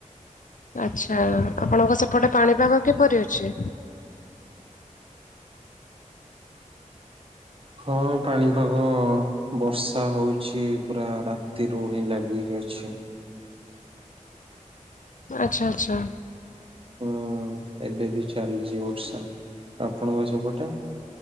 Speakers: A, on the left; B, on the right.
A: ଆଚ୍ଛା ଆପଣଙ୍କ ସେପଟେ ପାଣିପାଗ କିପରି ଅଛି?
B: ହଁ ପାଣି ପାଗ ବର୍ଷା ହଉଚି ପୁରା ରାତିରୁ ହିଁ ଲାଗିକି ଅଛି
A: ଆଚ୍ଛା ଆଚ୍ଛା।
B: ହୁଁ ଏବେ ବି ଚାଲିଚି ବର୍ଷା ଆପଣଙ୍କ ସେପଟେ?